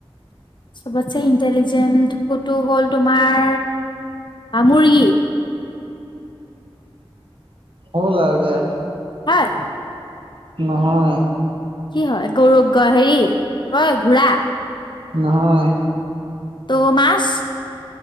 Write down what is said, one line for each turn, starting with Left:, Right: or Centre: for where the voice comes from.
Left: চবতছে ইণ্টেলিজেন্ট কটো হ'ল তোমাৰ! হা মুৰ্গী।
Right: হল আও দিয়া।
Left: হয়।
Right: নহয়।
Left: কি হয় গৌৰৱ গ হেৰি হয় ঘোৰা।
Right: নহয়।
Left: তো মাছ?